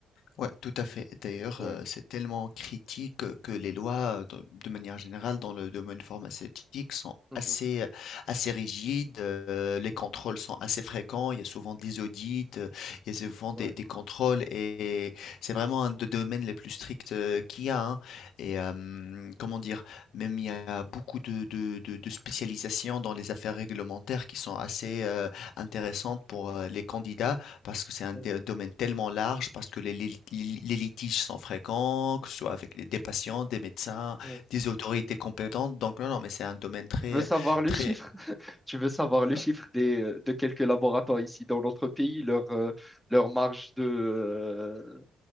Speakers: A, on the left; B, in the centre.
A: Ouais, tout à fait. D'ailleurs,
B: Ouais.
A: euh, c'est tellement critique euh, que les lois, euh, de de manière générale, dans le domaine pharmaceutique, sont
B: Mhm.
A: assez, euh, assez rigides. euh, les contrôles
B: Mhm.
A: sont assez fréquents. Il y a souvent des audits, euh, il y a souvent des,
B: Ouais,
A: des contrôles, et c'est vraiment un des domaines les plus stricts euh, qu'il y a. hein. Et euh, comment dire, même il y a beaucoup de, de, de- de spécialisations dans les affaires réglementaires qui sont assez euh, intéressantes pour euh, les candidats parce que c'est un
B: ouais,
A: dé- domaine tellement large, parce que les, li- li- les litiges sont fréquents, que ce soit avec les- des patients, des médecins,
B: ouais.
A: des autorités compétentes. Donc non, non, mais c'est un domaine très,
B: Tu veux savoir le
A: très,
B: chiffre? <laughs> Tu veux savoir le chiffre
A: euh,
B: des, euh, de quelques laboratoires ici dans notre pays, leur, euh, leur marge de, euh,